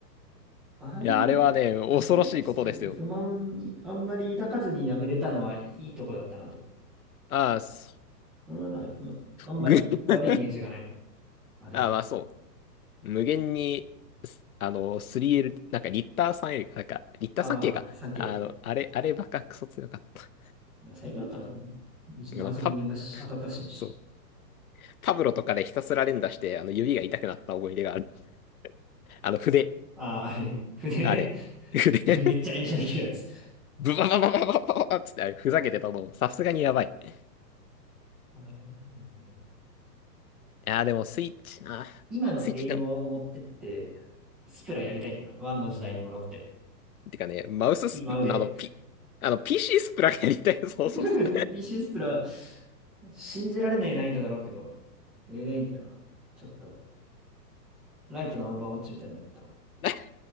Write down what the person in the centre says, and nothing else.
あれもなんか、
味方に対して不満にあんまり抱かずにやめれたのはいいとこだったなと。
それはな、まあんまり悪いイメージがない。
あれに。
ああ、
サンケ
イ。まあ最強だったからね。
弾速無限だし、
当たったら死ぬし。
ああ、あれね。<laughs> 船ね。
<laughs> めっちゃ連射できるやつ。
あれなんだね
今のエイムを持ってって、
スプラやりたいんだな。ワンの時代に戻って。
今腕。
<laughs> PC スプラ、信じられない難易度だろうけど、映画いいんだよな。ちょっと、ライトなオーバーウォッチみたいになると。